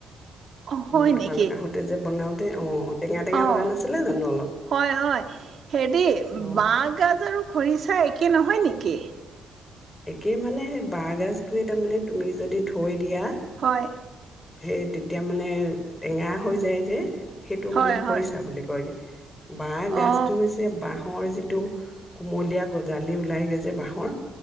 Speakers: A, on the right (about 55°); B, on the left (about 20°).
A: অ হয়
B: মই তোমালোক
A: নেকি
B: আহোতে যে বনাও তে অ টেঙা টেঙা
A: অ
B: লগা নাছিলে জানো অলপ
A: হয় হয় সেইটো এই
B: অ',
A: বাঁহগাজ আৰু খৰিচা একে নহয় নেকি কেকে
B: একে মানে বাঁহগাজটোতাৰ মানে তুমি যদি থৈ দিয়া
A: হয়
B: সেই তেতিয়া মানে টেঙা হৈ যায় যে সেইটো
A: হয়
B: মানে খৰিছা
A: হয়
B: বুলি কয়গে বাঁহ গছতটো
A: অ
B: হৈছে বাঁহ বাঁহৰ যিটো কুমলীয়া গজালি ওলাই গৈছে বাঁহৰ